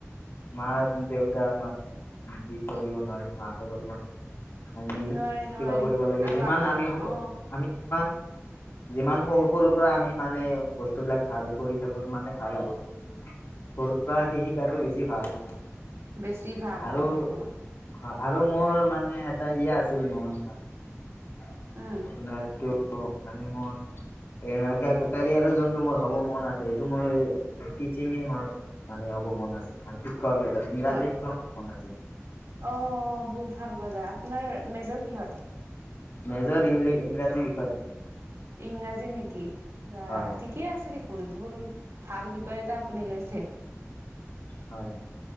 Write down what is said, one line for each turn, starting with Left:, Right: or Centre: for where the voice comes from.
Left: মাৰ দেউতাৰ মানে <unintelligible> কৰিব নোৱাৰি <unintelligible>
Right: নোৱাৰি
Left: <unintelligible>
Right: নোৱাৰি
Left: কিবা কৰিব লাগে
Right: আৰু
Left: যিমান
Right: আশা
Left: আমি <unintelligible>
Right: অ
Left: আমি <unintelligible> যিমান সৰু সৰু পৰা আমি মানে বস্তুবিলাক ভাল কৰি থাকো সিমানে ভাল আৰু সৰুৰ পৰা সি শিকাটো বেছি ভাল।
Right: বেছি ভাল
Left: আৰু
Right: হয়, হম।
Left: হয়, আৰু মোৰ মানে এটা ই আছিল মোৰ মানে।
Right: উম
Left: আপোনাৰতো মানে মোৰ <unintelligible> যোন মোৰ হ'ব মন আছে এইটো মই টচিং <unintelligible> মানে হ'ব মন আছে, মানে শিক্ষক এজন, ইংৰাজী
Right: অ
Left: শিক্ষক হ'ব মন আছে।
Right: অ', বহুত ভাল <unintelligible> আপোনাৰ মেজৰ কিহত?
Left: মেজৰ ইং ইংৰাজী বিষয়ত।
Right: ইংৰাজী নেকি? বাহ
Left: হয়
Right: ঠিকেই আছে <unintelligible> ভাল বিষয় এটা আপুনি লৈছে।
Left: হয়।